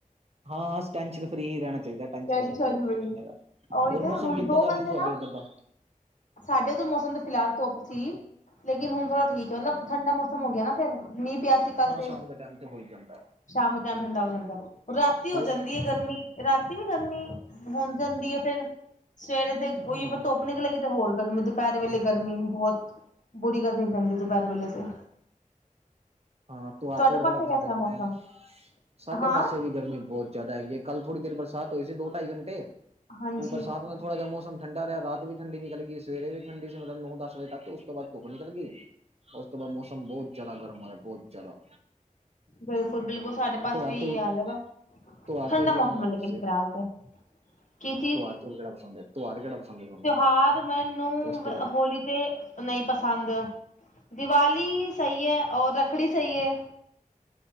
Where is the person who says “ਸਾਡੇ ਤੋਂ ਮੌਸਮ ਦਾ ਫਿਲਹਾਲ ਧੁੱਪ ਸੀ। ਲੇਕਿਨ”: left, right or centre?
Left